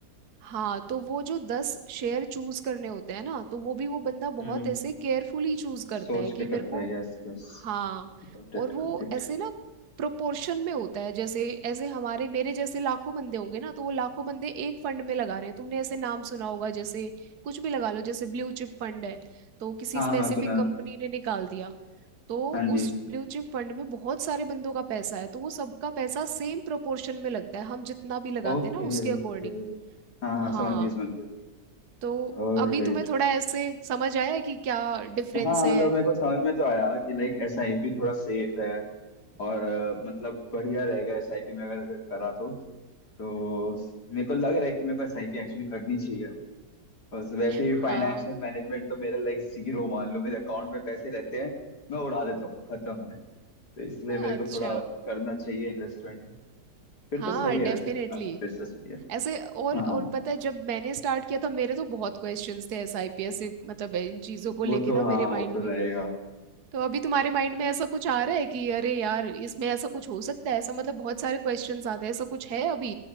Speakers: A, on the right; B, on the left.
A: हाँ तो वो जो दस शेयर चूज करने होते हैं ना तो वो भी वो बंदा बहुत
B: हम्म
A: ऐसे केयरफुली चूज करता
B: सोच
A: है
B: के
A: कि
B: करता
A: मेरे को
B: है yes yes
A: हाँ
B: Got
A: और
B: it
A: वो
B: got it.
A: ऐसे ना प्रोपोर्शन में होता है जैसे ऐसे हमारे मेरे जैसे लाखों बंदे होंगे ना तो वो लाखों बंदे एक फंड में लगा रहे हैं तुमने ऐसे नाम सुना होगा जैसे कुछ भी लगा लो जैसे ब्लू चिप फंड है तो किसी
B: हाँ
A: स्पेसिफिक
B: हाँ सुना
A: कंपनी ने निकाल दिया तो
B: हाँ जी
A: उस ब्लू चिप फंड में बहुत सारे बंदों का पैसा है तो वो सबका पैसा सेम प्रोपोर्शन में लगता है हम जितना भी लगाते
B: Okay
A: हैं ना उसके अकॉर्डिंग
B: okay हाँ हाँ
A: हाँ
B: समझ गए समझ गए
A: तो
B: ऑलराइट
A: अभी तुम्हें थोड़ा ऐसे समझ आया है कि क्या डिफरेंस
B: हाँ
A: है
B: मतलब मेरे को समझ में तो आया कि लाइक एसआईपी थोड़ा सेफ है और अ, मतलब बढ़िया रहेगा एसआईपी में अगर अगर करा तो तो मेरे को लग रहा है कि मेरे को एसआईपी एक्चुअली करनी चाहिए अब बस वैसे भी
A: हाँ
B: फाइनेंशियल मैनेजमेंट तो मेरा लाइक जीरो मान लो मेरे अकाउंट में पैसे रहते हैं मैं उड़ा देता हूँ खत्म है तो इसलिए मेरे
A: अच्छा
B: को थोड़ा करना चाहिए इन्वेस्टमेंट फिर
A: हाँ
B: तो सही है
A: डेफिनेटली
B: फिर अ, फिर से सही है
A: ऐसे और
B: हाँ
A: और पता है जब मैंने स्टार्ट किया था मेरे तो बहुत क्वेश्चंस थे एसआईपीएस से मतलब इन चीज़ों को लेके
B: वो तो
A: ना मेरे
B: हाँ
A: माइंड
B: वो तो
A: में
B: रहेगा
A: तो अभी तुम्हारे माइंड में ऐसा कुछ आ रहा है कि अरे यार इसमें ऐसा कुछ हो सकता है ऐसा मतलब बहुत सारे क्वेश्चंस आते हैं ऐसा कुछ है अभी